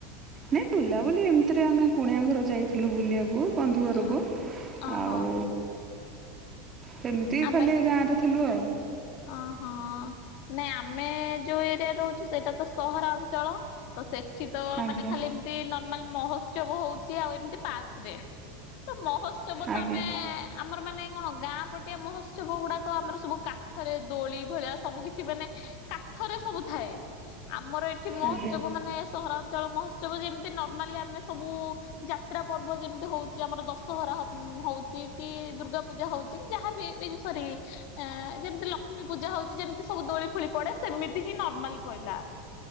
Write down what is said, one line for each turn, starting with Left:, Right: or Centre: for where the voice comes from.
Right: ନାଇଁ ବୁଲାବୁଲି ଏମିତିରେ ଆମେ କୁଣିଆ ଘର ଯାଇଥିଲୁ ବୁଲିବାକୁ। ବନ୍ଧୁ ଘରକୁ
Left: ଓହୋ ଓହୋ
Right: ଆଉ ସେମିତି
Left: ଆମେ
Right: ଖାଲି ଗାଁ ରେ ଥିଲୁ ଆଉ।
Left: ଓହୋ ନାଇଁ ଆମେ ଯୋଉ ଏରିଆରେ ରହୁଛୁ ସେଇଟା ତ ସହରାଞ୍ଚଳ। ତ ସେଠି ତ
Right: ଆଜ୍ଞା
Left: ମାନେ ଖାଲି ଏମ୍‌ତି ନର୍ମାଲ ମହୋତ୍ସବ ହଉଛି ଆଉ ଏମିତି ପାର୍କରେ। ତ ମହୋତ୍ସବ ତ
Right: ଆଜ୍ଞା।
Left: ଆମେ ଆମର ମାନେ କଣ ଗାଁ ପଟିଆ ମହୋତ୍ସବ ଗୁଡାକ ଆମର ସବୁ କା କାଠରେ ଦୋଳି ଭଳିଆ ସବୁ କିଛି ମାନେ କାଠରେ ସବୁ ଥାଏ। ଆମର ଏ ଏଠି ମହୋତ୍ସବ
Right: ଆଜ୍ଞା।
Left: ମାନେ ସହରାଞ୍ଚଳ ମହୋତ୍ସବ ଯେମିତି ନର୍ମାଲି ଆମେ ସବୁ ଯାତ୍ରା ପର୍ବ ଯେମିତି ହଉଛି ଆମର ଦଶହରା ଉଁ ହଉଛି କି ଦୁର୍ଗା ପୂଜା ହଉଛି ଯାହାବି ଏ ଯୋଉ ସରି ଆଁ ଯେମିତି ଲକ୍ଷ୍ମୀ ପୂଜା ହଉଛି ଯେମିତି ସବୁ ଦୋଳି ଫୋଳି ପଡେ ସେମିତି ହିଁ ନର୍ମାଲ ପଇଲା।